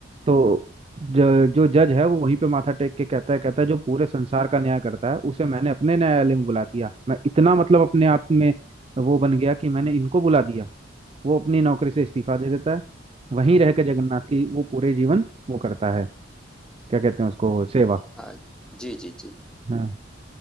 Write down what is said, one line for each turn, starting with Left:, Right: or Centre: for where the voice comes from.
Right: तो जो, जो जज है वो वहीं पे माथा टेक के कहता है कहता है जो पूरे संसार का न्याय करता है उसे मैंने अपने न्यायालय में बुला दिया मैं इतना मतलब अपने आप में वो बन गया कि मैंने इनको बुला दिया वो अपनी नौकरी से इस्तीफा दे देता है वहीं रह के जगन्नाथ की वो पूरे जीवन वो करता है क्या कहते हैं उसको सेवा
Centre: हाँ। जी, जी, जी।
Right: हाँ